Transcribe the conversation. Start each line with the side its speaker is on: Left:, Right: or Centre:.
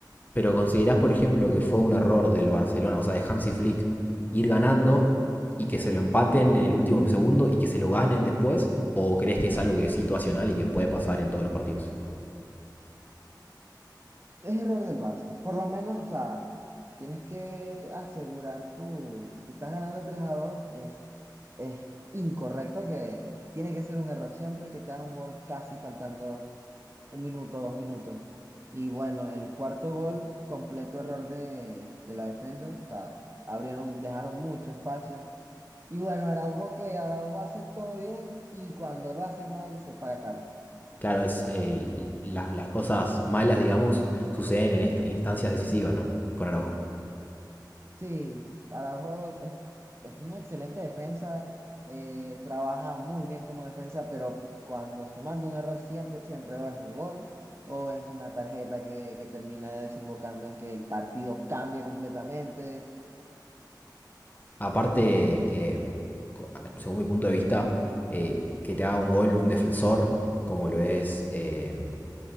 Left: Pero considerás, por ejemplo, que fue un error del Barcelona, o sea, de Hansi Flick, ir ganando y que se lo empaten en el último segundo y que se lo ganen después? ¿O crees que es algo que es situacional y que puede pasar en todos los partidos?
Right: Es error del Barça. Por lo menos, o sea, tienes que asegurar tú, si estás ganando 3 a 2, es, es incorrecto que tiene que ser un error siempre que te haga un gol casi faltando. un minuto, dos minutos. Y bueno, el cuarto gol, completo error de, de la defensa. O sea, abrieron, dejaron mucho espacio. Y bueno, Araujo que Araujo hace todo bien y cuando lo hace mal se paga caro.
Left: Claro, es eh, la- las cosas malas, digamos, suceden en instancias decisivas, ¿no? Con Araujo.
Right: Sí, Araujo es, es un excelente defensa, eh, trabaja muy bien como defensa, pero cuando se manda un error siempre, siempre o es un gol o es una tarjeta que, que termina desembocando en que el partido cambie completamente.
Left: Aparte, eh, según mi punto de vista, eh, que te haga un gol un defensor, como lo es eh,